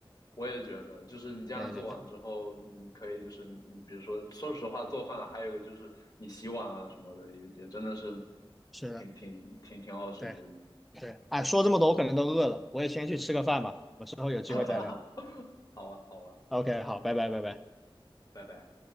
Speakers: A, on the left (about 40°); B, in the centre.
A: 我也觉得，就是你这样做完之后，
B: 对对对，
A: 你可以就是你，你比如说，说实话，做饭还有一个就是你洗碗啊什么的，也也真的是
B: 是的，
A: 挺挺挺挺耗时间的。
B: 对对，哎，说这么多我可能都饿了，我也先去吃个饭吧，我们之后有机会再聊。
A: <laughs> 哈哈哈，好啊，好啊，
B: OK，好，拜拜拜拜。
A: 拜拜。